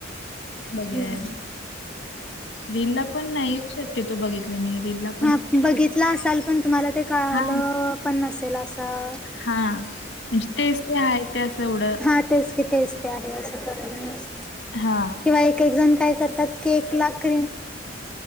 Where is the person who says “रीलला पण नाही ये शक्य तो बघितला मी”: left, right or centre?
Left